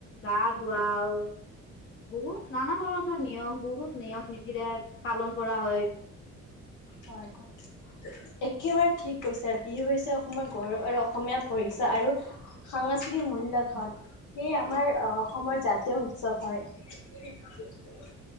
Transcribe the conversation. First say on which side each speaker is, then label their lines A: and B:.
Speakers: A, on the left; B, on the left.
A: গা ধুৱাওঁ বহুত নানা ধৰণৰ নিয়ম বহুত নিয়ম নিতিৰে পালন কৰা হয়।
B: হয় হয় একেবাৰে ঠিক কৈছে বিহু হৈছে অসমৰ গৌৰৱ আৰু অসমীয়া পৰিচয় আৰু সাংস্কৃতিক মূল্য ধন সেয়ে আমাৰ অসমৰ জাতীয় উৎসৱ হয়।